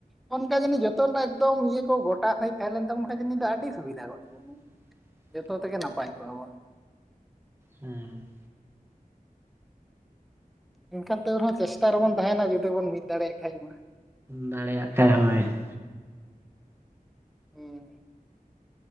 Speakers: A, in the centre; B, on the right.
A: <unintelligible> ᱚᱱᱠᱟ ᱡᱟᱹᱱᱤᱡ ᱡᱚᱛᱚ ᱨᱮᱱᱟᱜ ᱮᱠᱫᱚᱢ ᱤᱭᱟᱹ ᱠᱚ ᱜᱚᱴᱟ ᱥᱟᱹᱦᱤᱡ ᱛᱟᱦᱮᱸ ᱞᱮᱱ ᱛᱟᱵᱚᱱ ᱠᱷᱟᱡ ᱡᱟᱹᱱᱤᱡ ᱫᱚ ᱟᱹᱰᱤ ᱥᱩᱵᱤᱫᱷᱟ ᱜᱚᱜ ᱛᱟᱵᱚᱱ᱾
B: <inaudible>
A: ᱡᱚᱛᱚ ᱛᱮᱜᱮ ᱱᱟᱯᱟᱭ ᱠᱚᱜᱼᱟ ᱵᱚᱱ,
B: ᱦᱮᱸᱻ᱾
A: ᱮᱱᱠᱷᱟᱱ ᱛᱟᱹᱣ ᱨᱮᱦᱚᱸ ᱪᱮᱥᱴᱟ ᱨᱮᱵᱚᱱ ᱛᱟᱦᱮᱸᱱᱟ ᱡᱩᱫᱤ ᱵᱚᱱ ᱢᱤᱫ ᱫᱟᱲᱮᱭᱟᱜ ᱠᱷᱟᱡ ᱢᱟ ᱾
B: ᱫᱟᱲᱮᱭᱟᱜ ᱠᱷᱟᱡ ᱦᱳᱭ <inaudible>
A: ᱦᱮᱸ